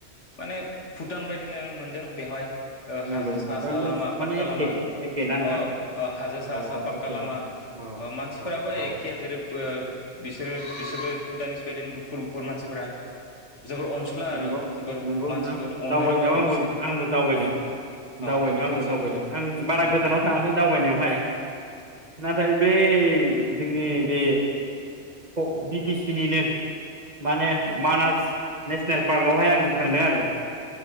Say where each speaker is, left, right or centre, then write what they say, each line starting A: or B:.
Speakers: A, on the left (about 75°); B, on the right (about 35°).
A: माने भुटान बायदिनो आं मोनदों बेवहाय। ओ
B: नंगौ
A: हाजो
B: नोंथां
A: सा
B: दा
A: सा
B: नों
A: लामा।
B: माने
A: पाक्का
B: एखे
A: लामा
B: एखे ना नोंथां
A: अ ओ हाजो सा
B: औ
A: सा
B: औ
A: पाक्का
B: एखे
A: लामा
B: औ
A: अ मानसिफोराबो
B: औ औ
A: एखे जेरैबो बिसोरो बिसोरबो भुटाननिस बायदिनो गुफुर गुफुर मानसिफोरा। जोबोर अनसुला आरो
B: नंगौ
A: जोबोर
B: नंगौ
A: मानसिफोर
B: नोंथां
A: अननो
B: दावबायनायाव
A: रोंगो आरो
B: आंबो
A: बिसोरो
B: आंबो दावबायदों
A: औ औ
B: दावबायनायाव आंबो
A: मानसि।
B: दावबायदों आं बारा
A: अ
B: गोजानाव थाङाखै दावबायनायावहाय नाथाय बै जोंनि बे ख बि-टि-सि निनो माने मानास नेसनेल पार्कआवहाय आं थांदों आरो।